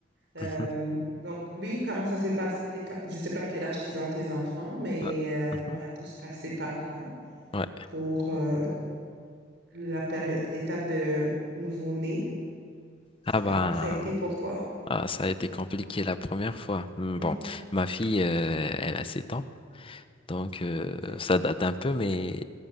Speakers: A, on the right; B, on the left.
A: Euh,
B: mhm,
A: donc, oui, comment ça s'est passé? des- Je sais pas quel âge qu'ils ont tes enfants, mais
B: euh, mhm.
A: euh, on a tous passé par là
B: Ouais.
A: pour euh, la période, l'étape de nouveau-né.
B: Ah bah
A: Comment que ça a été pour toi?
B: ah, ça a été compliqué la première fois. Hmm,
A: Hum,
B: Bon, ma fille euh, elle a 7 ans, donc euh,
A: OK.
B: ça date un peu, mais